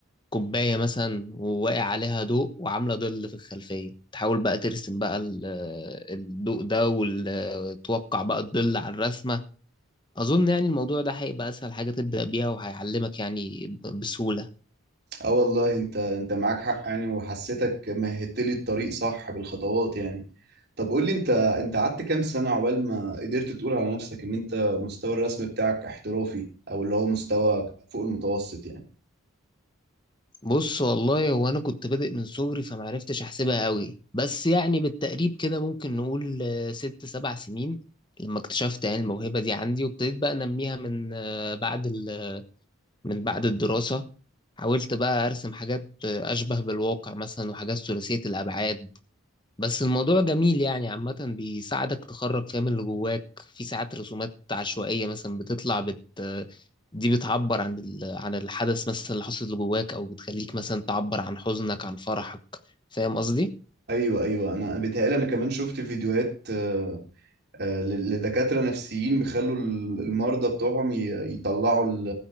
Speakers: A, on the left; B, on the right.
A: كوبايه مثلا وواقع عليها ضوء وعامله ظل في الخلفيه تحاول بقى ترسم بقى ال- آه، الضوء ده وتوقع بقى الظل على الرسمه أظن يعني الموضوع ده هيبقى أسهل حاجة تبدأ بيها وهيعلمك يعني ب- بسهولة
B: اه والله انت انت معاك حق يعني وحسيتك مهدت لي الطريق صح بالخطوات يعني طب قول لي انت انت قعدت كام سنة عقبال ما قدرت تقول على نفسك ان انت مستوى الرسم بتاعك احترافي او اللي هو مستوى فوق المتوسط يعني
A: بص والله هو أنا كنت بادئ من صغري فمعرفتش أحسبها قوي بس يعني بالتقريب كده ممكن نقول آه، ست سبع سنين لما اكتشفت يعني الموهبة دي عندي وابتديت بقى أنميها من آه، بعد ال- من بعد الدراسة حاولت بقى أرسم حاجات آه، أشبه بالواقع مثلا وحاجات ثلاثية الأبعاد بس الموضوع جميل يعني عامة بيساعدك تخرج فاهم اللي جواك في ساعات رسومات عشوائية مثلا بتطلع بت دي بتعبر عن ال... عن الحدث مثلا اللي حصل اللي جواك أو بتخليك مثلا تعبر عن حزنك عن فرحك فاهم قصدي؟
B: ايوه ايوه انا بيتهيألي انا كمان شفت فيديوهات آه، آه، ل- لدكاترة نفسيين بيخلوا ال- المرضى بتوعهم ي- يطلعوا ال-